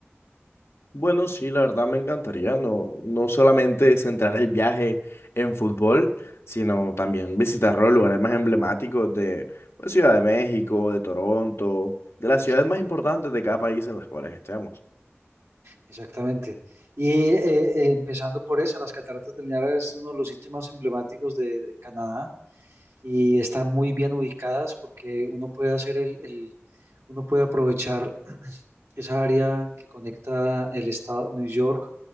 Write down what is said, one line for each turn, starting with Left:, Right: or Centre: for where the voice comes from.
Left: Bueno, sí, la verdad me encantaría no, no solamente centrar el viaje en fútbol, sino también visitar los lugares más emblemáticos de pues, Ciudad de México, de Toronto, de las ciudades
Right: Exacto.
Left: más importantes de cada país en las cuales estemos.
Right: Exactamente. Y eh, eh, empezando por eso, las cataratas del Niágara es uno de los sitios más emblemáticos de, de Canadá y están muy bien ubicadas porque uno puede hacer el, el- uno puede aprovechar esa área que conecta el estado New York